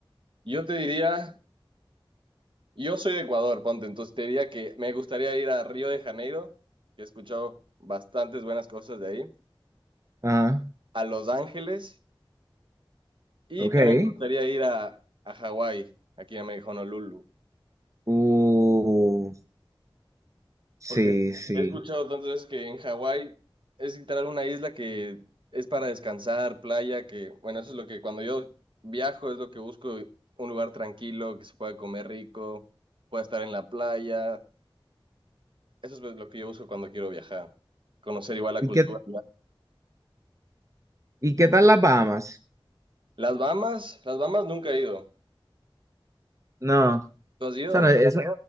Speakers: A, on the right; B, on the right.
A: Yo te diría... Yo soy de Ecuador, ponte, entonces te diría que me gustaría ir a Río de Janeiro, que he escuchado bastantes buenas cosas de ahí,
B: Ajá,
A: a Los Ángeles y
B: ok.
A: también me gustaría ir a, a Hawái, aquí a Honolulu,
B: Uh, sí,
A: porque
B: sí.
A: he escuchado tantas veces que en Hawái es literal una isla que es para descansar, playa, que bueno, eso es lo que cuando yo viajo es lo que busco, un lugar tranquilo, que se pueda comer rico, pueda estar en la playa, eso es lo que yo busco cuando quiero viajar, conocer igual la
B: ¿Y
A: cultura.
B: qué, y qué tal las Bahamas?
A: Las Bahamas, las Bahamas nunca he ido.
B: No,
A: ¿Tú has ido?
B: esa no- esa-